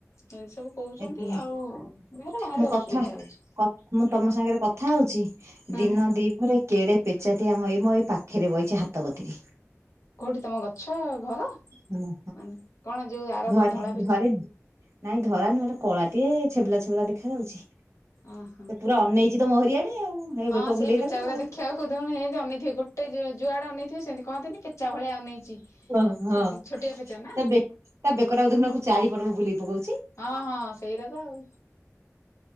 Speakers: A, on the left; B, on the right.
A: ଏମିତି ସବୁ କହୁଛନ୍ତି
B: ଏଠି
A: ଆଉ ଦେହହାର ଭାରି
B: ମୁଁ
A: ଅସୁବିଧା
B: କଥା
A: ଲାଗୁଛି।
B: ମୁଁ ତମ ସାଙ୍ଗରେ କଥା ହଉଛି
A: ହୁଁ
B: ଦିନ
A: ହୁଁ
B: ଦିପ ମୋ କେଡେ ପେଚାଟି ଆମ ଏଇ ମ ଏଇ ପାଖରେ ବହିଛି ହାତ କତି
A: କଉଠି ତମ ଗଛ ଘର
B: ହଁ
A: ମାନେ କଣ ଯୋଉ ଆର
B: ଘରେ
A: ଧଳା ପେ
B: ଘରେ ନାଇଁ ଧଳା ନୁହଁ ଏଟା କଳା ଟେ ଛେବଲା ଛେବଲା ଦେଖା ଯାଉଛି
A: ଓହୋ
B: ସେ ପୁରା ଅନେଇ <unintelligible> ତ ମରିଆଡ଼େ ଆଉ। ହେ
A: ହଁ
B: ବେକ
A: ସେଇ
B: ବୁଲେଇଦେଲା
A: ପେଚାାଗୁା
B: ଆଉ
A: ଦେଖିବାକୁୋହୁ ସେମତି ଅନଥିବ ଗୋଟେ ଯୁଆଡେଇଥିବେ ସେମିତି କହନ୍ତିନ ଚା ଭଳିଆ ଅନେଇଚି ସେମିତି
B: ହଁ ହଁ
A: ଛୋଟିଆ ପେଚା ନା।
B: ତା ବେ ତା ବେକଟାକୁ ଦେଖୁନା ଚାରିପଟକୁ ବୁଲେଇ ପକଉଛି।
A: ହଁ ହଁ ସେଇଟା ତ ଆଉ।